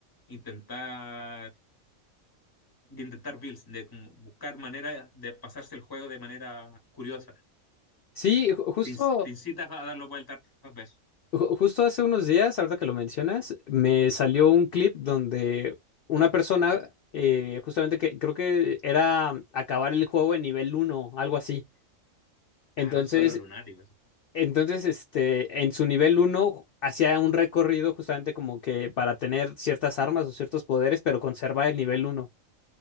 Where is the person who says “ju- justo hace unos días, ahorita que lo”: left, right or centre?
Left